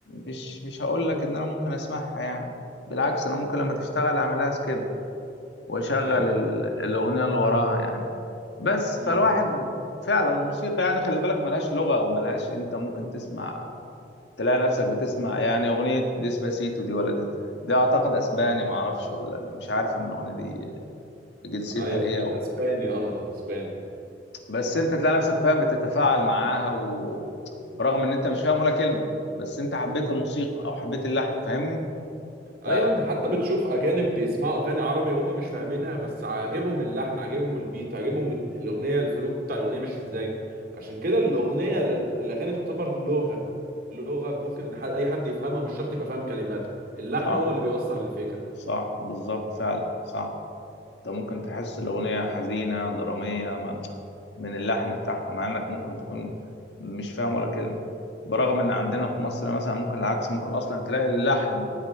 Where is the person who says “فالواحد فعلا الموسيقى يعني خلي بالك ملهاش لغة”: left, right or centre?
Left